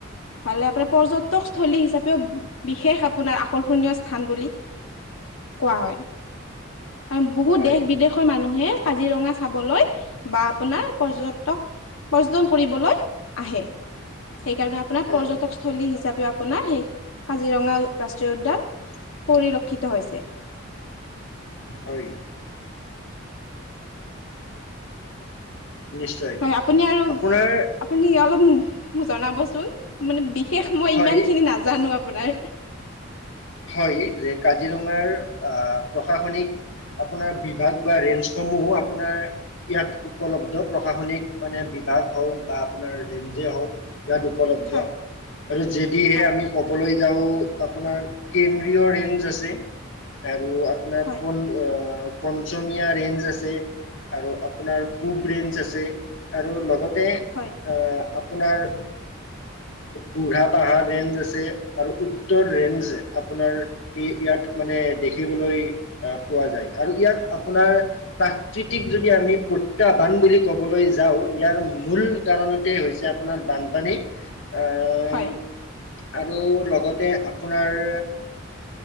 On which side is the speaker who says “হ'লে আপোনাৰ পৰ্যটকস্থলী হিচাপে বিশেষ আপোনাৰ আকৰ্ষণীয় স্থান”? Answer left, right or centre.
Left